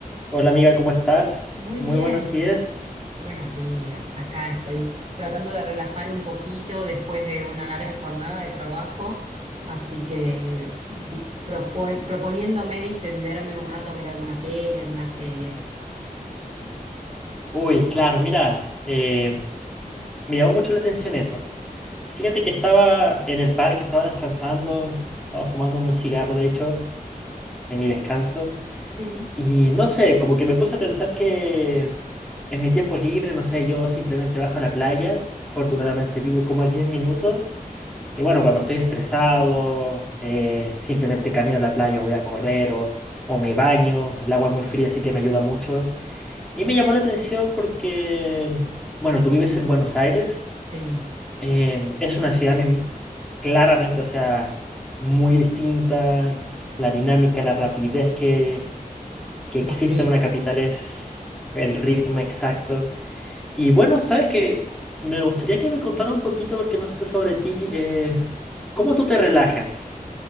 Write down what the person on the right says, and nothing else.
Muy
bien,
buenos días. Acá estoy tratando de relajar un poquito después de una larga jornada de trabajo, así que di- propo- proponiéndome distenderme un rato a ver alguna peli, alguna serie.
Sí.
Sí,
los ritmos.